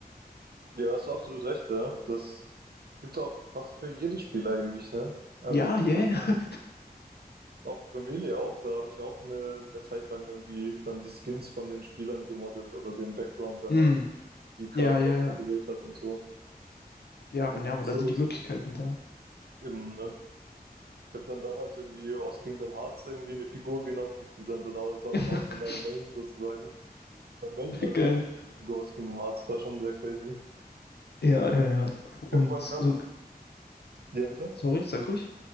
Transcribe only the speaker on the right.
Ja, hast du absolut recht, ja. Das gibt's auch fast für jedes Spiel eigentlich, ne? Also
diese,
auch für Melee auch, da habe ich auch eine, eine Zeit lang irgendwie dann die Skins von den Spielern gemoddet oder den Background, wenn
man die Charakter
ausgewählt
hat und so.
Und
so
ist
eben, ne? Ich habe dann damals irgendwie aus Kingdom Hearts irgendwie eine Figur genommen und die sah dann aus, sah
dann aus wie mein Main sozusagen. Mein Main sah dann
aus wie die Figur aus Kingdom Hearts, war schon sehr crazy.
Irgendwann
kam,
ja bitte?